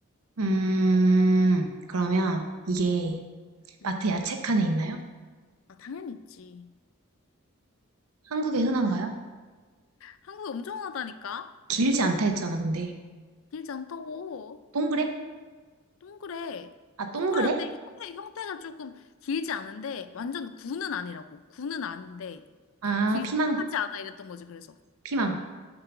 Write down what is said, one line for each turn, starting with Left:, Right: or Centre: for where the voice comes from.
Right: 음, 그러면 이게
Left: 응, 응.
Right: 마트 야채 칸에 있나요?
Left: 아, 당연히 있지.
Right: 한국에 흔한가요?
Left: 한국이 엄청 하다니까?
Right: 길지 않다 했잖아, 근데.
Left: 길지 않다고.
Right: 동그래?
Left: 동그래.
Right: 아, 동그래?
Left: 동그란데 형태, 형태가 조금 길지 않은데, 완전 구는 아니라고. 구는 아닌데,
Right: 아,
Left: 길하지
Right: 피망,
Left: 않아 이랬던 거지, 그래서.
Right: 피망.